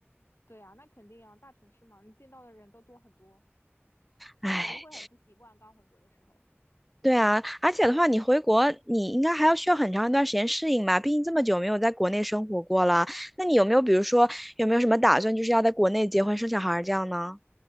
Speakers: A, on the left; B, in the centre.
A: 对啊，那肯定啊，大城市嘛，你见到的人都多很多，
B: 唉，
A: 肯定会很不习惯刚回国的时候。
B: 对啊，而且的话，你回国，你应该还要需要很长一段时间适应吧？毕竟这么久没有在国内生活过了。那你有没有，比如说，有没有什么打算，就是要在国内结婚生小孩儿这样呢？